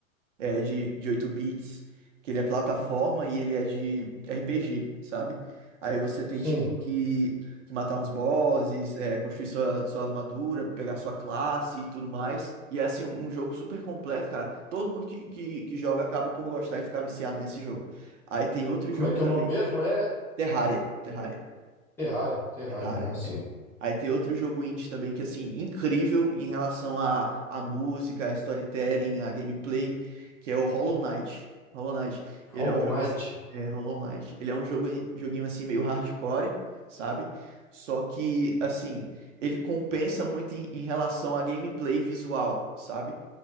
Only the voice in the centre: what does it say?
Sim.
Como
é que
é o nome mesmo? É
Terraria, Terraria,
ah, sim.
Hollow
Knight.